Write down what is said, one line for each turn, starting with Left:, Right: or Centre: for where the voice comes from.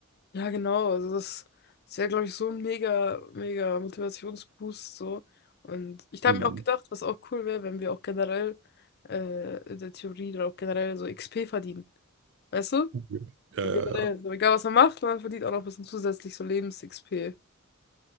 Left: Ja, genau. Also das ist ja, glaube ich, so ein mega, mega Motivationsboost so. Und ich habe
Right: Hm.
Left: mir auch gedacht, was auch cool wäre, wenn wir auch generell äh, in der Theorie oder auch generell so XP verdienen. Weißt du?
Right: Ja, ja, ja.
Left: So generell, so egal was man macht, man verdient auch noch ein bisschen zusätzlich so Lebens-XP.